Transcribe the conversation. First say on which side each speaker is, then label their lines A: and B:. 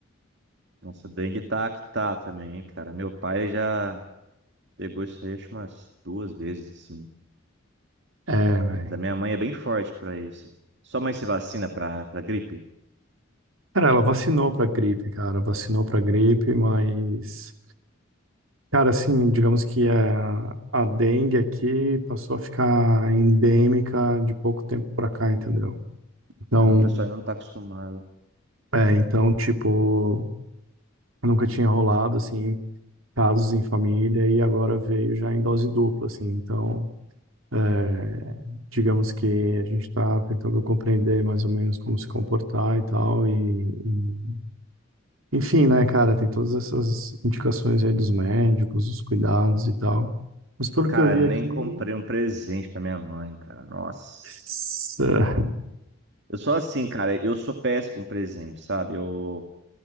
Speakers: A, on the right (about 60°); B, on the right (about 80°).
A: Nossa, dengue tá que tá também, hein, cara. Meu pai já pegou isso aí, acho, umas duas vezes, assim.
B: É, velho.
A: Mas a minha mãe é bem forte pra isso. Sua mãe se vacina pra, pra gripe?
B: Cara, ela vacinou pra gripe, cara. Vacinou pra gripe, mas. Cara, assim, digamos que é a dengue aqui passou a ficar endêmica de pouco tempo pra cá, entendeu? Então,
A: Não, o pessoal ainda não tá acostumado.
B: é, então, tipo, nunca tinha rolado, assim, casos em família e agora veio já em dose dupla, assim. Então, é, digamos que a gente está tentando compreender mais ou menos como se comportar e tal. E, e- enfim, né, cara, tem todas essas indicações aí dos médicos,
A: Uhum.
B: os cuidados e tal. Mas pelo
A: Cara,
B: que eu vi
A: nem
B: aqui,
A: comprei um presente pra minha mãe, cara. Nossa.
B: s- eh,
A: Eu sou assim, cara, eu sou péssimo presente, sabe? Eu,